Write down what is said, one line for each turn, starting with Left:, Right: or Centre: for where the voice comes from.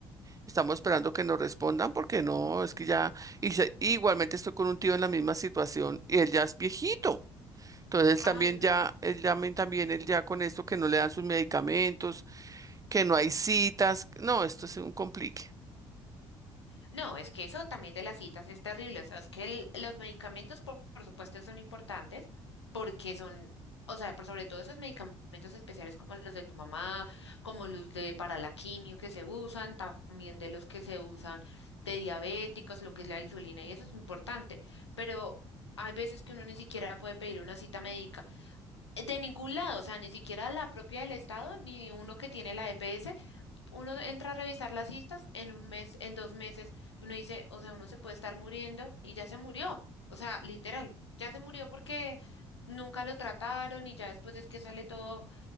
Right: Estamos esperando que nos respondan porque no, es que ya, y se- igualmente estoy con un tío en la misma situación y él ya es viejito. Entonces él
Left: Ay,
Right: también
Left: no.
Right: ya, él también, también, él ya con esto que no le dan sus medicamentos, que no hay citas. No, esto es un complique.
Left: No, es que eso también de las citas es terrible. O sea, es que el- los medicamentos, por, por supuesto, son importantes porque son, o sea, pero sobre todo esos medicamentos especiales como los de tu mamá, como los de para la quimio que se usan, también de los que se usan de diabéticos, lo que es la insulina, y eso es importante. Pero hay veces que uno ni siquiera puede pedir una cita médica eh, de ningún lado, o sea, ni siquiera la propia del Estado, ni uno que tiene la EPS uno entra a revisar las citas en un mes, en dos meses, uno dice, o sea, uno se puede estar muriendo y ya se murió, o sea, literal, ya se murió porque nunca lo trataron y ya después es que sale todo,